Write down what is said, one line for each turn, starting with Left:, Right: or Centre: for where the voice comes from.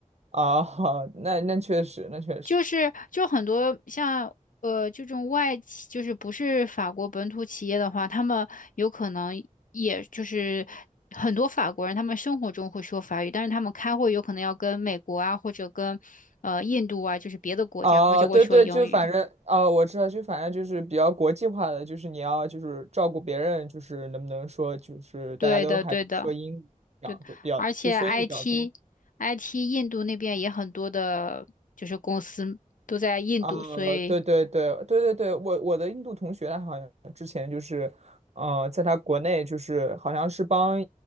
Right: 啊，<laughs> 那那确实，那确实。
Left: 就是就很多像呃这种外企，就是不是法国本土企业的话，他们有可能也就是很多法国人，他们生活中会说法语，但是他们开会有可能要跟美国啊，或者跟呃印度啊，就是别的国家，
Right: 哦，
Left: 他就会说英语。
Right: 对对，就反正哦，我知道，就反正就是比较国际化的，就是你要就是照顾别人，就是能不能说就是大家都还是说英语比较多，
Left: 对的，对的，对的而且
Right: 比较就说英语比较多。
Left: IT IT 印度那边也很多的，就是公司都在印度，
Right: 呃，
Left: 所以
Right: 对对对对对对，我我的印度同学他好像之前就是，呃，在他国内就是好像是帮